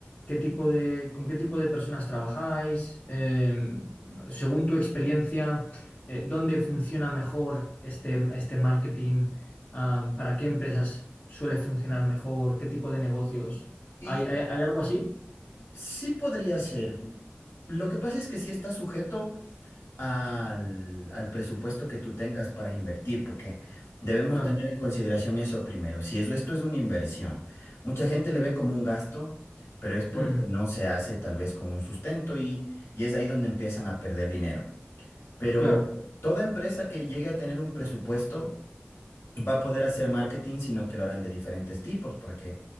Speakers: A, on the left; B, on the left.
A: ¿qué tipo de, con qué tipo de personas trabajáis? Eh, según tu experiencia, eh, ¿dónde funciona mejor este, este marketing? Ah, ¿para qué empresas suele funcionar mejor? ¿Qué tipo de negocios?
B: Y
A: ¿Hay, hay, hay algo así?
B: sí podría ser. Lo que pasa es que sí está sujeto al, al presupuesto que tú tengas para invertir, porque debemos
A: Claro.
B: tener en consideración eso primero. Si eso, esto es una inversión, mucha gente le ve como un gasto, pero es porque
A: Mm,
B: no se hace tal vez con un sustento y, y es ahí donde empiezan a perder dinero. Pero
A: claro.
B: toda empresa que llegue a tener un presupuesto va a poder hacer marketing, sino que lo harán de diferentes tipos, porque